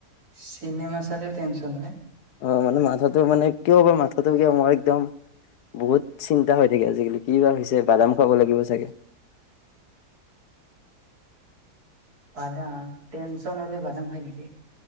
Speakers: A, on the right (about 75°); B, on the left (about 80°).
A: চিনেমা চালও টেনচন নহ
B: অ মানে মাথাটো মানে কিয় বাৰ মাথাটো কিয় মই একদম বহুত চিন্তা হৈ থাকে আজিকালি কি বা হৈছে বাদাম খাব লাগিব চাগে <inaudible>
A: বাদাম টেনচন হলে বাদাম হয় নেকি